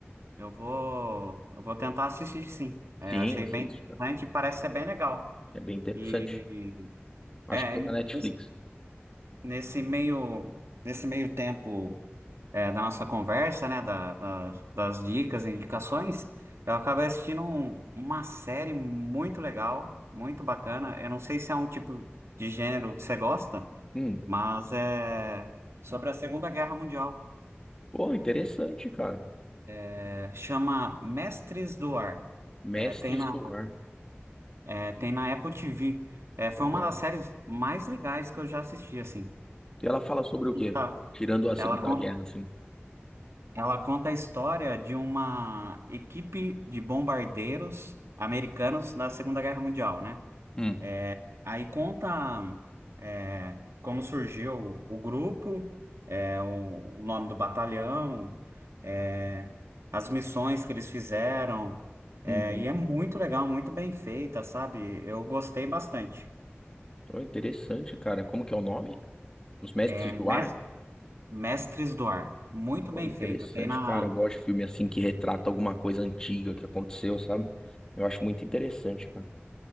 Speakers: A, on the right; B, on the left.
A: eu vou, eu vou tentar assistir, sim. É,
B: sim,
A: achei
B: assiste.
A: bem interessante e parece ser bem legal.
B: É bem interessante.
A: E
B: Acho
A: é,
B: que tem na Netflix.
A: nesse nesse meio, nesse meio tempo é, da nossa conversa, né, da, da- das dicas, indicações, eu acabei assistindo um- uma série muito legal, muito bacana. Eu não sei se é um tipo de gênero que você gosta.
B: Hum,
A: Mas é sobre a Segunda Guerra Mundial.
B: pô, interessante, cara.
A: É, chama Mestres do Ar.
B: Mestres
A: É, tem na,
B: do Ar.
A: é, tem na Apple TV. É, foi
B: Legal.
A: uma das séries mais legais que eu já assisti, assim.
B: E ela fala sobre o quê?
A: Tá.
B: Tirando a Segunda
A: Ela conta,
B: Guerra, assim.
A: ela conta a história de uma equipe de bombardeiros americanos da Segunda Guerra Mundial, né?
B: Hum.
A: É, Aí conta é, como surgiu o grupo, é, o o nome do batalhão, é, as missões que eles fizeram. é,
B: Uhum.
A: e é muito legal, muito bem feita, sabe? Eu gostei bastante.
B: Pô, interessante, cara. Como que é o nome? Os Mestres
A: É Mes-
B: do Ar?
A: Mestres do Ar, muito
B: Pô,
A: bem
B: interessante,
A: feito. Tem na,
B: cara. Eu gosto de filme assim que retrata alguma coisa antiga que aconteceu, sabe? Eu acho muito interessante, cara.